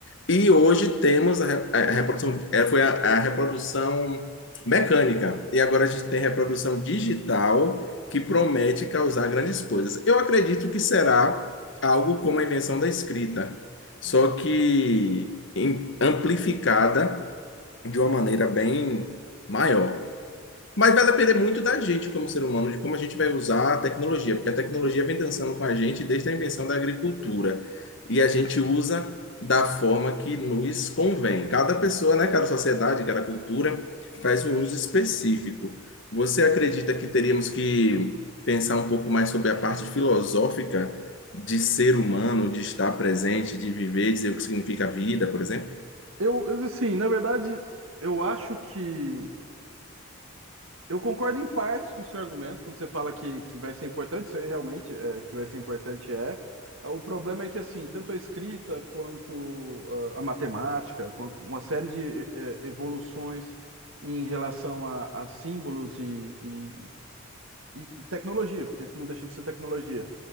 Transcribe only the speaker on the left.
E hoje temos a, re- a reprodução, é, foi a, a reprodução mecânica, e agora a gente tem reprodução digital que promete causar grandes coisas. Eu acredito que será algo como a invenção da escrita, só que em- amplificada de uma maneira bem maior. Mas vai depender muito da gente como ser humano, de como a gente vai usar a tecnologia, porque a tecnologia vem dançando com a gente desde a invenção da agricultura. E a gente usa da forma que nos convém. Cada pessoa, né, cada sociedade, cada cultura faz um uso específico. Você acredita que teríamos que pensar um pouco mais sobre a parte filosófica de ser humano, de estar presente, de viver, dizer o que significa a vida, por exemplo?